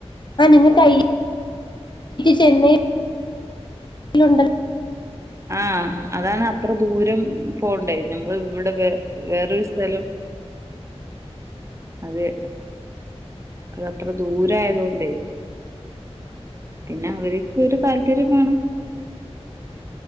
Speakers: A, on the left; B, on the right.
A: ആഹ് നിങ്ങക്ക് ഐ ഐ റ്റി ചെന്നൈ ലുണ്ടല്ലോ?
B: ആഹ് അതാണ് അത്ര ദൂരം പോണ്ടേ നമ്മള് വടെ വേറെ വേറൊരു സ്ഥ ലം അതെ അതത്ര ദൂരായതോണ്ടേ പിന്നെ അവര്ക്കൊരു താല്പര്യം മാണം